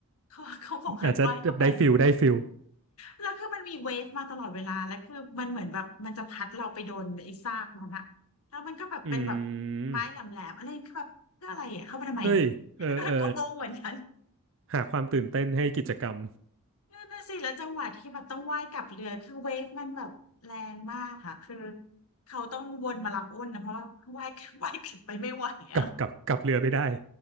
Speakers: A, on the left (about 75°); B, on the right (about 60°).
A: เขาเขาบอกให้ว่าให้เข้าไป
B: อาจจะแบบได้ฟิลได้ฟิล
A: แล้วคือมันมีเวฟมาตลอดเวลาแล้วคือมันเหมือนแบบมันจะพัดเราไปโดนไอ้ซากมันอะแล้วมันก็แบบเป็นแบบ
B: อืม
A: ไม้แหลมๆอะไรคือแบบเพื่ออะไรอะเข้าไปทำไม
B: เฮ้ยเออเออ
A: <laughs> ก็งงเหมือนกัน
B: หาความตื่นเต้นให้กิจกรรม
A: นั่นน่ะสิแล้วจังหวะที่แบบต้องว่ายกลับเรือคือเวฟมันแบบแรงมากค่ะคือเขาต้องวนมารับอ้นนะเพราะว่าว่าย <laughs> ว่ายกลับไปไม่ไหวอะ
B: กับกับกับเรือไม่ได้